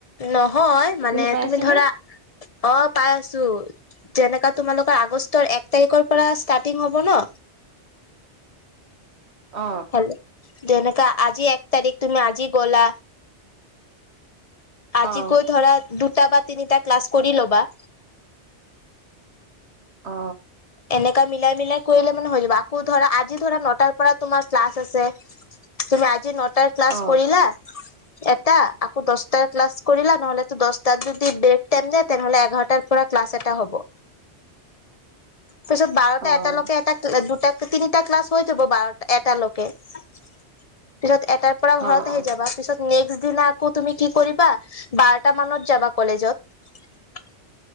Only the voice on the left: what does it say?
নহয় মানে
তুমি
ধৰা অ পাই আছো যেনেকা তোমালোকৰ আগষ্টৰ এক তাৰিখৰ পৰা ষ্টাৰ্টিং হ'ব ন
হেল্ল' যেনেকা আজি এক তাৰিখ তুমি আজি গ'লা আজি
গৈ ধৰা দু টা বা তিনিটা ক্লাছ কৰি ল'বা
এনেকা মিলাই মিলাই কৰিলে মানে হৈ যাব। আকৌ ধৰা আজি ধৰা নটাৰ পৰা তোমাৰ ক্লাছ আছে তুমি আজি নটাৰ ক্লাছ
কৰিলা? এটা আকৌ দচটাৰ ক্লাছ কৰিলা, নহ'লে দচটাৰ যদি ব্ৰেক টাইম দিয়ে, তেনেহলে এঘাৰটাৰ পৰা ক্লাছ এটা হ'ব। পিছত বাৰটা
এটালকে এটা দুটা তিনিটা ক্লাছ হৈ যাব বাৰ এটা লৈকে। পিছত এটাৰ পৰা
ঘৰত আহি
যাবা। পিছত নেক্স দিনা আকৌ তুমি কি কৰিবা, বাৰটা মানত যাবা কলেজত।